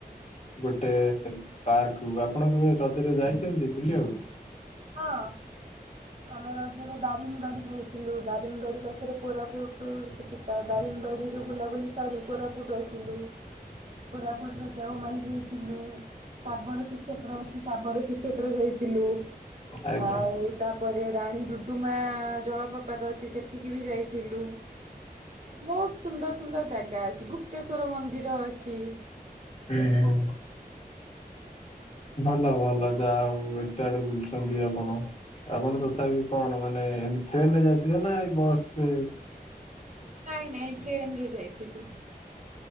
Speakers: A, on the left (about 45°); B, on the right (about 50°).
A: ଗୋଟେ ପାର୍କକୁ ଆପଣ କେବେ ରଜରେ ଯାଇଚନ୍ତି ବୁଲିବାକୁ?
B: ହଁ। ଆମେ ରଜରେ ଦାରିଙ୍ଗବାଡି ଯାଇଥିଲୁ ଦାରିଙ୍ଗବାଡି ପାଖରେ କୋରାପୁୁଟ ସେଠୀ ତା ଦାରିଆ ଦାରିଙ୍ଗବାଡ଼ିରି ରୁ ବୁଲା ବୁଲି ସାରୀ କୋରାପୁଟ ଆସିଲୁ। କୋରାପୁଟରେ ଦେଓମାଳୀ ଯାଇଥିଲୁ ଶାବରତୀ କ୍ଷେତ୍ର ଅଛି ସାବ କ୍ଷେତ୍ର ଯାଇଥିଲୁ।
A: ଆଜ୍ଞା।
B: ଆଉ ତାପରେ ରାଣୀ ଡୁଡୁମା ଜଳପ୍ରପାତ ଅଛି ସେଠିକି ବି ଯାଇଥିଲୁ। ଡୁ ବହୁତ ସୁନ୍ଦର ସୁନ୍ଦର ଜାଗା ଅଛି ଗୁପ୍ତେଶ୍ଵର ମନ୍ଦିର ଅଛି।
A: ଉଁ ହୁଁ। ଭଲ ଭଲ ଯାହା ହଉ ଏତେ ଆଡେ ବୁଲୁଚନ୍ତି ଆପଣ। ଆପଣ ତଥାପି କଣ ମାନେ ଟ୍ରେନ ରେ ଯାଇଥିଲେ ନା ଏଇ ବସ ରେ
B: ନାଇଁ ନାଇଁ ଟ୍ରେନ ରେ ଯାଇଥିଲୁ।